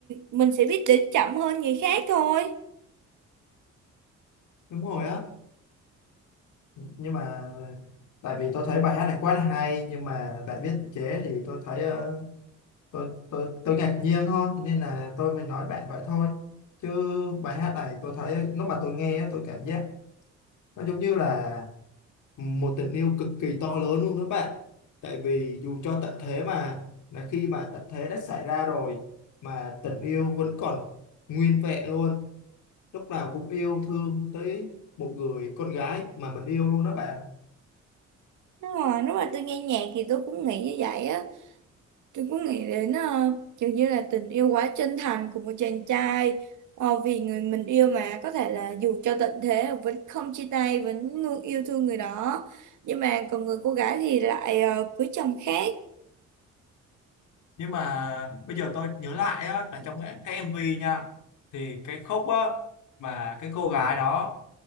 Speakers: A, on the right; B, on the left.
A: mình sẽ biết đến chậm hơn người khác thôi
B: đúng rồi á nhưng mà tại vì tôi thấy bài hát này quá là hay nhưng mà bạn viết chế thì tôi thấy ờ, tôi tôi tôi ngạc nhiên thôi nên là tôi mới nói bạn vậy thôi chứ bài hát này tôi thấy lúc mà tôi nghe á, tôi cảm giác nó giống như là một tình yêu cực kỳ to lớn luôn đó bạn tại vì dù cho tận thế mà là khi mà tận thế đã xảy ra rồi mà tình yêu vẫn còn nguyên vẹn luôn lúc nào cũng yêu thương tới một người con gái mà mình yêu luôn đó bạn
A: Đúng rồi, lúc mà tôi nghe nhạc thì tôi cũng nghĩ như vậy á Tôi cũng nghĩ đến ờ, kiểu như là tình yêu quá chân thành của một chàng trai ờ, Vì người mình yêu mà có thể là dù cho tận thế vẫn không chia tay, vẫn luôn yêu thương người đó Nhưng mà còn người cô gái thì lại ờ, cưới chồng khác
B: nhưng mà bây giờ tôi nhớ lại á, là trong cái cái MV nha thì cái khúc á, mà cái cô gái đó